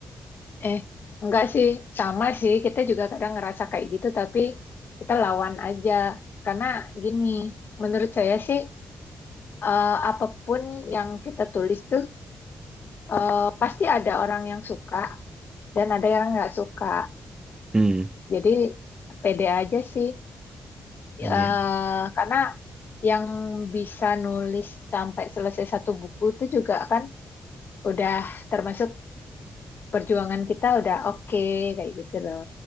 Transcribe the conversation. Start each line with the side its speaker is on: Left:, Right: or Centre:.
Left: Eh, enggak sih, sama sih. Kita juga kadang ngerasa kayak gitu, tapi kita lawan aja. Karena gini, menurut saya sih, eh, apapun yang kita tulis tuh, eh, pasti ada orang yang suka dan ada yang nggak suka.
Right: <laughs> hmm
Left: Jadi, pede aja sih.
Right: dia
Left: Eh, karena yang bisa nulis sampai selesai satu buku itu juga kan udah termasuk perjuangan kita udah oke kayak gitu loh